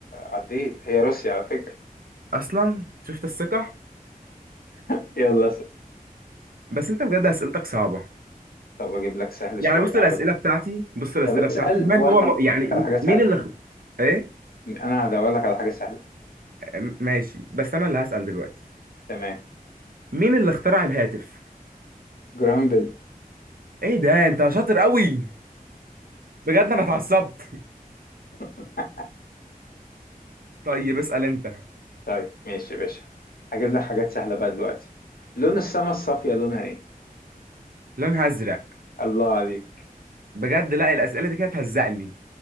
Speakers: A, on the left; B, on the right.
A: عديت هي روسيا على فكرة
B: اصلا شفت الثقه
A: <laughs> يلا س...
B: بس انت بجد اسئلتك صعبه
A: طب أجيب لك سهل
B: يعني
A: شوية
B: بص
A: عبد
B: الاسئله بتاعتي بص الاسئله
A: طب
B: بتاعتي
A: اسأل
B: من
A: وأنا
B: هو م...
A: هدور
B: يعني
A: لك على حاجة سهلة
B: مين اللي خ... ايه
A: أنا هدور لك على حاجة سهلة
B: م- ماشي بس انا اللي هسال دلوقتي
A: تمام
B: مين اللي اخترع الهاتف
A: جرامبل
B: ايه ده انت شاطر قوي بجد انا اتعصبت
A: <laughs>
B: <laughs> طيب اسال انت
A: طيب ماشي يا باشا هجيب لك حاجات سهلة بقى دلوقتي لون السما الصافية لونها ايه؟
B: لونها ازرق
A: الله عليك
B: بجد لا الاسئله دي كانت هتهزقني